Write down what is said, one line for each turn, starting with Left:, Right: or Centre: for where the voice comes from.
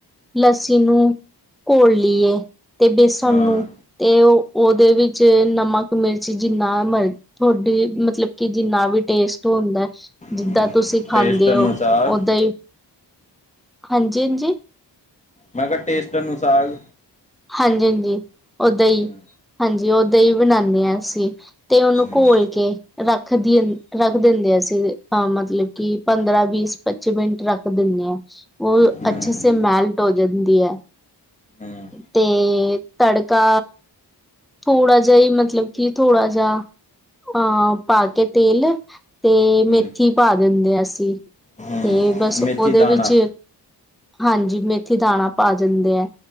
Centre: ਲੱਸੀ ਨੂੰ ਘੋਲ ਲਈਏ ਤੇ ਬੇਸਣ
Left: ਹਾਂ
Centre: ਨੂੰ ਤੇ ਉਹਦੇ ਵਿੱਚ ਨਮਕ ਮਿਰਚ ਜਿੰਨਾ ਮਰਜ਼ ਤੁਹਾਡੀ ਮਤਲਬ ਕਿ ਜਿੰਨਾ ਵੀ ਟੇਸਟ ਹੁੰਦਾ ਜਿੱਦਾਂ
Left: ਹੂੰ।
Centre: ਤਸੀਂ ਖਾਂਦੇ
Left: ਟੇਸਟ ਅਨੁਸਾਰ
Centre: ਹੋ, ਓਦਾਂ ਹੀ, ਹਾਂਜੀ -ਹਾਂਜੀ।
Left: ਮੈਂ ਕਿਹਾ, ਟੇਸਟ ਅਨੁਸਾਰ
Centre: ਹਾਂਜੀ -ਹਾਂਜੀ, ਉਹ ਦਹੀਂ
Left: ਹੂੰ
Centre: ਹਾਂਜੀ, ਉਹ ਦਹੀਂ ਬਣਾਉਦੇ ਹਾਂ ਅਸੀਂ। ਤੇ, ਉਹਨੂੰ
Left: ਹੂੰ
Centre: ਘੋਲ ਕੇ ਰੱਖਦੀ ਰੱਖ ਦਿੰਦੇ ਅਸੀਂ, ਮਤਲਬ ਕਿ ਪੰਦਰਾਂ ਵੀਸ ਪੱਚੀ ਮਿੰਟ ਰੱਖ ਦਿੰਦੇ ਹਾਂ। ਉਹ
Left: ਹੂੰ
Centre: ਅੱਛੇ ਸੇ ਮੈਲਟ ਹੋ ਜਾਂਦੀ ਹੈ।
Left: ਹੂੰ
Centre: ਤੇ ਤੜਕਾ ਥੋੜਾ ਜਿਹਾ ਈ ਮਤਲਬ, ਕਿ ਥੋੜਾ ਜਿਹਾ। ਹਾਂ, ਪਾ ਕੇ ਤੇਲ ਤੇ
Left: ਹੂੰ
Centre: ਮੇਥੀ ਪਾ ਦਿੰਦੇ ਆ, ਅਸੀਂ।
Left: ਹੂੰ
Centre: ਤੇ ਬਸ
Left: ਮੇਥੀ
Centre: ਉਹਦੇ
Left: ਦਾਣਾ
Centre: ਵਿੱਚ ਹਾਂਜੀ ਮੇਥੀ ਦਾਣਾ ਪਾ ਦਿੰਦੇ ਹੈ